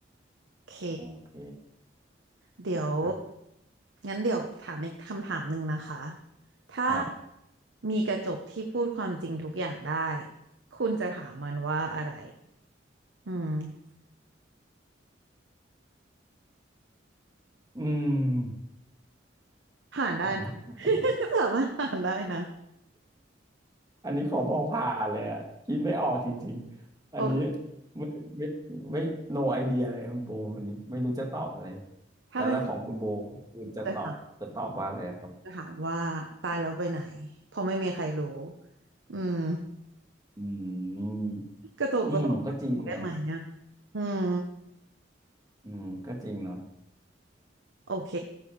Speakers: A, on the right; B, on the right.
A: โอเค
B: โอเค
A: เดี๋ยว
B: ครับ
A: งั้นเดี๋ยวถามอีกคำถามหนึ่งนะคะถ้า
B: ครับ
A: มีกระจกที่พูดความจริงทุกอย่างได้คุณจะถามมันว่าอะไรอืม
B: อืม
A: ผ่านได้นะ
B: ถาม <laughs>
A: <laughs> สามารถผ่านได้นะ
B: อัน <laughs> นี้ขอบอกผ่านเลยอะคิดไม่ออกจริงๆอันนี้
A: โอเค
B: ไม่ไม่ไม่ no idea เลยคุณโบวันนี้ไม่รู้จะตอบอะไร
A: ถ้าเป็น
B: แล้วแล้วของคุณโบคือจะตอบจะตอบว่าอะไรอะครับ
A: จะถามจะถามว่าตายแล้วไปไหนเพราะไม่มีใครรู้อืม
B: อืม
A: กระจกจะบอกได้ไหมอ่ะ
B: อืมก็จริงเนาะ
A: อืม
B: อืมก็จริงเนาะ
A: โอเค